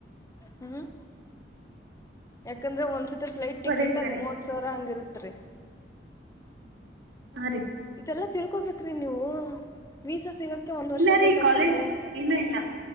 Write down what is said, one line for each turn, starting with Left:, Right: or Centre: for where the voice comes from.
Left: ಹ್ಮ್ ಯಾಕಂದ್ರೆ
Right: ಚಲೋ ನೋಡ್ರಿ
Left: ಒಂದ್ಸತಿ ಫ್ಲೈಟ್
Right: ಅನುಪದೇಶ
Left: ಟಿಕೆಟ್ ಅದ
Right: ರೀ
Left: ಮೂವತ್ <unintelligible> ಹಂಗಿರುತ್ತರಿ
Right: ಹಾ ರೀ
Left: ಇದೆಲ್ಲಾ ತಿಳ್ಕೊಬೇಕ್ರೀ ನೀವು ವೀಸಾ ಸಿಗಕ್ಕೆ ಒಂದ್ ವರ್ಷ
Right: ಇಲ್ಲ ರೀ
Left: ಬೇಕಾಗತ್
Right: ಕಾಲೇಜ್
Left: ರೀ
Right: ಇಲ್ಲ ಇಲ್ಲ